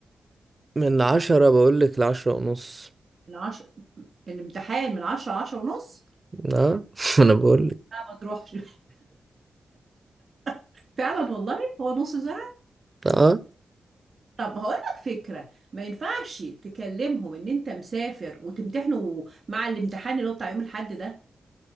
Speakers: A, on the right; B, on the right.
A: من عشرة بقولك لعشرة ونص
B: من 10 الامتحان من 10 10 ونص
A: اه <laughs> انا بقولك
B: لا ما تروحش <laughs> فعلا والله هو نص ساعة
A: اه
B: طب هقول لك فكرة ما ينفعش تكلمهم ان انت مسافر وتمتحنوا مع الامتحان اللي هو بتاع يوم الاحد ده